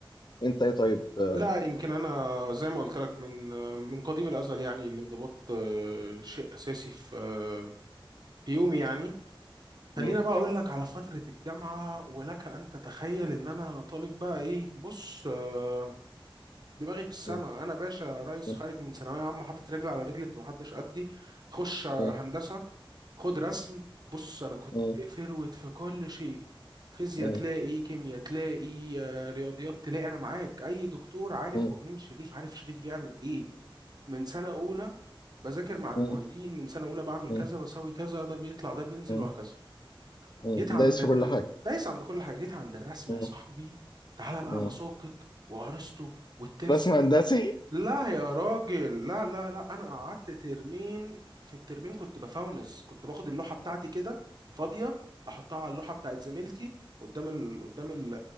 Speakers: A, on the left; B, on the right.
A: انت ايه طيب آه،
B: لا يمكن انا زي ما قلت لك من آه، من قديم الازل يعني الانضباط آه، شيء اساسي في آه، في يومي يعني
A: م-
B: خلينا بقى اقول لك على فترة الجامعة ولك ان تتخيل ان انا طالب بقى ايه بص آه، دماغي في السما
A: م-
B: انا باشا ريس
A: م-
B: خارج من ثانوية عامة حاطط رجل على رجل انت محدش قدي خش آه،
A: م-
B: هندسة خد رسم بص انا كنت
A: م- م-
B: فروت في كل شيء فيزياء
A: م-
B: تلاقي كيمياء تلاقي آه، رياضيات تلاقي انا معاك اي دكتور عارف
A: م- م-
B: هو مين شريف عارف شريف بيعمل ايه من سنة اولى بذاكر مع
A: م-
B: المعيدين من سنة اولى بعمل
A: م-
B: كذا بسوي كذا ده بيطلع ده بينزل
A: م-
B: وهكذا
A: م-
B: جيت عند
A: دايس
B: الرسم
A: في كل حاجه
B: دايس عند كل حاجه جيت عند الرسم
A: م-
B: يا صاحبي تعالى بقى
A: م.
B: مساقط وارسطو والترس
A: رسم
B: ده
A: هندسي
B: لا يا راجل لا لا لا انا قعدت ترمين في الترمين كنت بفونس كنت باخد اللوحه بتاعتي كده فاضيه احطها على اللوحه بتاعت زميلتي قدام ال... قدام ال...